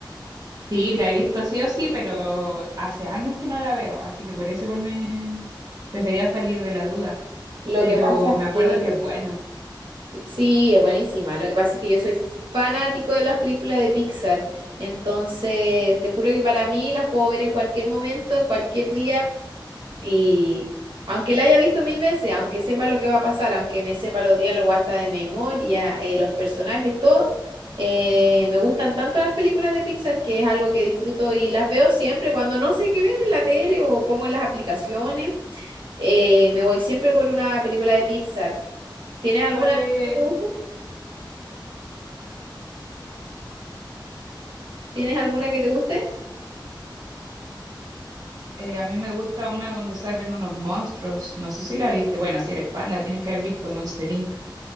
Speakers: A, on the right; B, on the right.
A: Sí, la he visto sí o sí, pero hace años que no la veo, así que por eso igual me prefería salir de la duda.
B: Lo
A: Pero
B: que pasa es
A: me acuerdo
B: que
A: que es buena.
B: Sí, es buenísima. Lo que pasa es que yo soy fanático de las películas de Pixar. Entonces, te juro que para mí las puedo ver en cualquier momento, en cualquier día. Y aunque la haya visto mil veces, aunque sepa lo que va a pasar, aunque me sepa los diálogos hasta de memoria, eh, los personajes, todo, eh, me gustan tanto las películas de Pixar que es algo que disfruto y las veo siempre cuando no sé qué ver en la tele o pongo en las aplicaciones. eh, me voy siempre por una película de Pixar. ¿Tienes alguna
A: ¿Cuál es?
B: que te guste? ¿Tienes alguna que te guste?
A: Eh, a mí me gusta una donde salen unos monstruos. No sé si la viste. Bueno, si eres fan, la tienes que haber visto, Monster Inc.